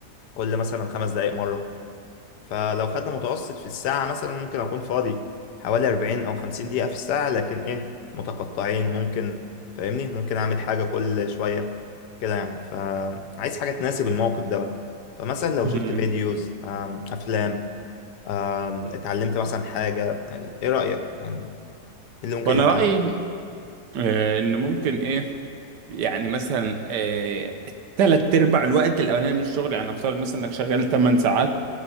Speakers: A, on the left; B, on the right.
A: كل مثلا خمس دقايق مرة فلو خدنا متوسط في الساعة مثلا ممكن أكون فاضي حوالي 40 أو 50 دقيقة في الساعة لكن إيه متقطعين ممكن فاهمني ممكن أعمل حاجة كل شوية كده يعني فعايز حاجة تناسب الموقف ده بقى فمثلا لو
B: مم.
A: شفت فيديوز آم، أفلام آم، اتعلمت مثلا حاجة إيه رأيك يعني إيه اللي ممكن
B: وانا
A: يتعمل
B: رايي آه ان ممكن ايه يعني مثلا آه تلات ارباع الوقت الاولاني من الشغل يعني افترض مثلا انك شغال 8 ساعات